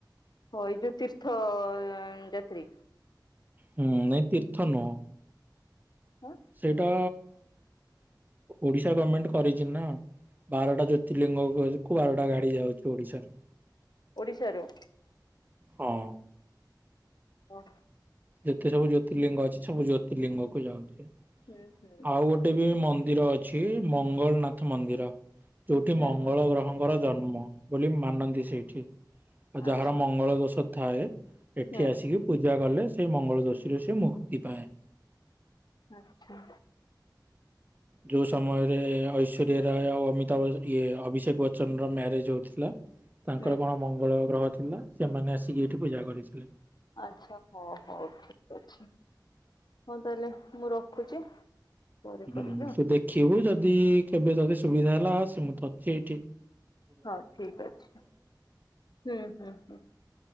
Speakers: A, on the left; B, on the right.
A: ହଁ ଏଇ ଯୋଉ ତୀର୍ଥ ଯାତ୍ରୀ।
B: ହୁଁ ନାଇଁ ତୀର୍ଥ ନୁହଁ।
A: ହଁ।
B: ସେଇଟା ଓଡିଶା ଗଭର୍ଣମେଣ୍ଟ କରିଛି ନା। ବାରଟା ଜ୍ୟୋତିର୍ଲିଙ୍ଗ କୁ ବାରଟା ଗାଡି ଯାଉଛି ଓଡିଶାରୁ।
A: ଓଡ଼ିଶାରୁ
B: ହଁ।
A: ଓହଁ ହ।
B: ଯେତେ ସବୁ ଜ୍ୟୋତିର୍ଲିଙ୍ଗ ଅଛି ସବୁ ଜ୍ୟୋତିର୍ଲିଙ୍ଗ କୁ ଯାଉଛି
A: ହୁଁ ହୁଁ
B: ଆଉ ଗୋଟେ ଗୋଟେ ବି ମନ୍ଦିର ଅଛି ମଙ୍ଗଳ ନାଥ ମନ୍ଦିର ଯୋଉଠି
A: ହୁଁ
B: ମଙ୍ଗଳ
A: ହୁଁ
B: ଗ୍ରହଙ୍କର ଜନ୍ମ ବୋଲି ମାନନ୍ତି ସେଇଠି ଆଉ ଯାହାର
A: ଆଚ୍ଛା
B: ମଙ୍ଗଳ ଦୋଷ ଥାଏ। ଏଠି
A: ହୁଁ
B: ଆସିକି ପୂଜା କଲେ ସେଇ ମଙ୍ଗଳ ଦୋଷୀରୁ ସେ ମୁକ୍ତି ପାଏ।
A: ଆଚ୍ଛା।
B: ଯୋଉ ସମୟରେ ଐଶୋରିଆ ରାୟ ଆଉ ଅମିତାଭ ଇଏ ଅଭିଷେକ ବଚ୍ଚନ ର ମ୍ୟାରେଜ ହଉଥିଲା। ତାଙ୍କର
A: ହୁଁ
B: କଣ ମଙ୍ଗଳ ଗ୍ରହ ଥିଲା। ସେମାନେ ଆସିକି ଏଇଠି ପୂଜା କରିଥିଲେ।
A: ଆଚ୍ଛା ହଉ ହଉ ଠିକ ଅଛି। ହଁ ତାହେଲେ ମୁଁ ରଖୁଛି। ପରେ
B: ହୁଁ
A: କରିବି ଆଉ
B: ତୁ ଦେଖିବୁ ଯଦି କେବେ ଯଦି ସୁବିଧା ହେଲା ସେ ମତେ ମୁଁ ତ ଅଛି ଏଇଠି।
A: ହଁ ଠିକ ଅଛି ହୁଁ ହୁଁ ହ।